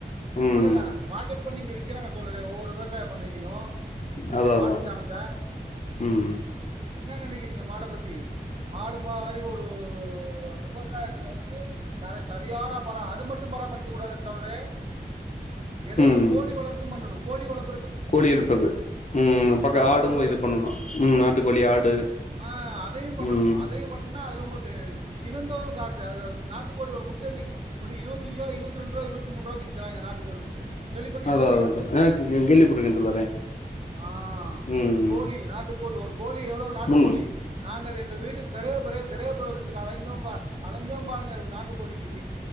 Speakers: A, on the left (about 50°); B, on the right (about 40°).
A: ம்
B: சொல்லுங்க பாக்கெட் பண்ணி இங்க விக்கிறாங்க தோழரே ஒவ்வொரு விவசாய பண்ணையிலையு
A: அதா அதா
B: மாட்டுச் சாணத்த
A: ம்
B: என்ன நெனைக்கிறீங்க மாட பத்தி மாடு மாரி ஒரு சோ விவசாயத்துல வந்து கர சரியான அப்பறோ அது மட்டு பராமரிக்கக் கூடாது தோழரே எடையில்
A: ம்
B: கோழி வளர்ப்பும் பண்ணணு கோழி வளர்ப்
A: கோழி இருப்பது ம் பக்கொ
B: நாட்டுக்கோழி
A: ஆடும் இது பண்ணணு ம் நாட்டுக்கோழி ஆடு
B: ஆ அதையும் பண்ணனு
A: ம்
B: அதையு பண்ணுனா அதுல உங்களுக்கு தினந்தோறும் காசு அதுல நாட்டு கோழி ஒரு முட் ட்ட இனைக்கு மட்டு இருவத்தஞ்ஜிருவா இருவத்ரெண்ட்ரூவா இருவத்தி மூன்றுவாய்க்கு விக்கிறாங்க நாட்டு கோழி முட்ட கேள்விப்பட்டிருக்கீங்களா
A: அதா
B: இல்லையா
A: அதா தோழி ஆ க கேள்வி பட்ருக்கே தோழரே
B: ஆ
A: ம்
B: அந்த கோழி நாட்டு கோழி ஒரு கோழி எவ்வளோ நாட்டு
A: ம்
B: கோழி நாங்க எங்க வீட்டு கிரஹபிரவே கிரகபிரவேசத்துக்கு அலைந்தோம் பா அலைஞ்சோம் பாருங்க நாட்டு கோழிக்கி